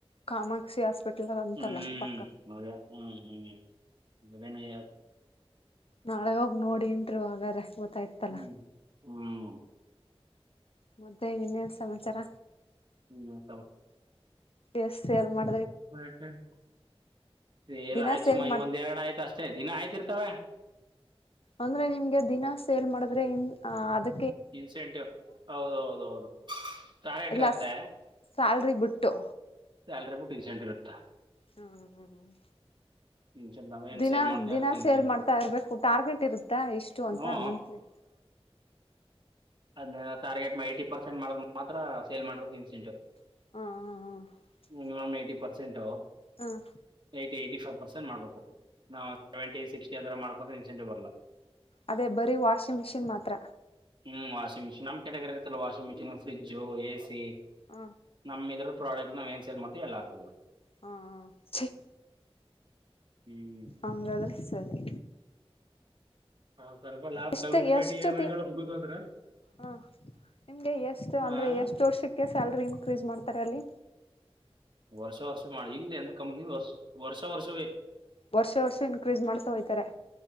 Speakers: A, on the left (about 65°); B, on the right (about 50°).
A: ಕಾಮಾಕ್ಷಿ ಹಾಸ್ಪಿಟಲ್ ಅಂತಲ್ಲ
B: ಮ
A: ಪಕ್ಕ
B: ಮೌಲ್ಯ ಹ್ಮ್ ಹ್ಮ. ಬೆನ ಯ
A: ನಾಳೆ ಹೋಗಿ ನೋಡಿ ಇಂಟರಿವ ಹಾಗಾದ ಮ ತೈತಲ್ಲ
B: ಹ್ಮ್ ಹ್ಮ್
A: ಮದ್ದೆ ಇನ್ನೇ ಸಮಾಚಾರ
B: ಇನ್ನೇನ್
A: ಎಸ್ ಸೇಲ್ ಮಾಡ್
B: <unintelligible> ಸೇಲ್
A: ದಿನಾ
B: ಆಯ್ತು ಸುಮ
A: ಮಾಡ್
B: ಈ ಒಂದ್ ಎರಡ್ ಆಯ್ತು ಅಷ್ಟೇ ದಿನ ಆಯ್ತಿರ್ ತವೇ
A: ಅಂದ್ರೆ ನಿಮ್ಗೆ ದಿನಾ ಸೇಲ್ ಮಾಡಿದ್ರೆ ಎನ್ ಹ ಅದು
B: ಇನ್ಸೆಂಟಿವ್ ಹೌದ್ ಹೌದೌದು ತಾರ್ಗೆಟ್
A: ಇಲ್ಲ
B: ಇರುತ್ತೆ.
A: ಸ್ಯಾಲ್ರಿ ಬಿಟ್ಟು
B: ಸ್ಯಾಲ್ರಿ ಬಿಟ್ಟು ಇನ್ಸೆಂಟ್ ಇರುತ್ತೆ.
A: ಹ್ಮ ಹ್ಮ್
B: ಇನ್ಸೆಂಟ್ ನಾವೇನ್
A: ದಿನಾ
B: ಸೇಲ್ ಮಾಡ್ತೀವಿ
A: ದಿನ
B: ಅದಕ್ಕೆ
A: ಸೇಲ್
B: ಇನ್ಸೆಂಟ್
A: ಮಾಡ್ತಾ ಇರ್ಬೇಕು ಟಾರ್ಗೆಟ್ ಇರುತ್ತಾ ಇಷ್ಟು ಅಂತ
B: ಹ್ಞೂ
A: ಮಂತ್ಲಿ.
B: ಅದೀನೈಯ್ಧು ಟಾರ್ಗೆಟ್ ಮೈಟಿ ಪರ್ಸೆಂಟ್ ಮಾಡ್ರ್ ಮಾತ್ರ ಸೇಲ್ ಮಾಡೋರ್ಗ್ ಇನ್ಸೆಂಟಿವ್.
A: ಹ್ಮ್ ಹ್ಮ್ ಹ್ಮ
B: ಮಿನಿಮಮ್ ಎಟಿ ಪರ್ಸೆಂಟು
A: ಹ್ಮ್
B: ಎಟಿ ಫೈವ್ ಪಸೆಂಟ್ ಮಾಡ್ಬೇಕು. ನಾವು ಸೆವೆಂಟಿ ಸಿಕ್ಸ್ಟಿ ಆ ತರ ಮಾಡ್ ಹಂಗೆ ಇನ್ಸೆಂಟಿವ್ ಬರಲ್ಲ.
A: ಅದೇ ಬರೀ ವಾಷಿಂಗ್ ಮಿಷಿನ್ ಮಾತ್ರ
B: ಹ್ಮ್ ವಾಷಿಂಗ್ ಮಿಷನ್ ನಮ್ ಕೆಟಗರಿ ಇತ್ತಲ್ಲ washing machine fridge A C
A: ಹ್ಮ
B: ನಮ್ಮ ಇದ್ರ ಪ್ರಾಡಕ್ಟ್ ನಾವ್ ಏನ್ ಸೇಲ್ ಮಾಡ್ತಿವ್ ಎಲ್ಲಾಕುದ್ರು.
A: ಹಾ ಕ್ಷಿ
B: ಹ್ಞೂ
A: ಅಂಗಾದ್ರೆ ಸರಿ
B: ಹಾ, ಸ್ವಲ್ಪ ಲಾಭ
A: ಎಷ್ಟ
B: ಕಮಿಟ್ಮೆಂಟ್
A: ಎಷ್ಟು
B: ಇ
A: ಸತಿ
B: ಎಮ್ ಐಗಳು ಮುಗಿದಂದ್ರೆ
A: ಹ ನಿಮ್ಗೆ ಎಷ್ಟು ಅಂದ್ರೆ
B: ಹಾಂ
A: ಎಷ್ಟು ವರ್ಷಕ್ಕೆ ಸ್ಯಾಲ್ರಿ ಇನ್ಕ್ರೀಸ್ ಮಾಡ್ ತರಲ್ಲಿ
B: ವರ್ಷ ವರ್ಷ ಮಾಡಿ ಇಲ್ಲ ಅಂದ್ರ್ ಕಂಪನಿಲ್ ವರ್ಷ್ ವರ್ಷ ವರ್ಷವೇ
A: ವರ್ಷ ವರ್ಷ ಇನ್ಕ್ರೀಸ್ ಮಾಡ್ತಾ ಹೋಯ್ತಾರೆ.